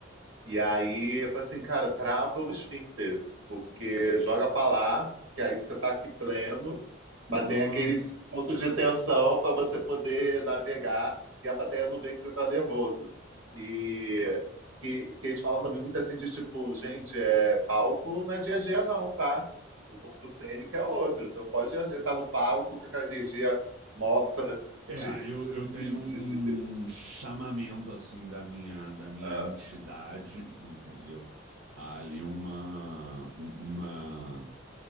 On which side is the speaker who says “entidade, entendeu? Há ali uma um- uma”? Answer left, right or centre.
Right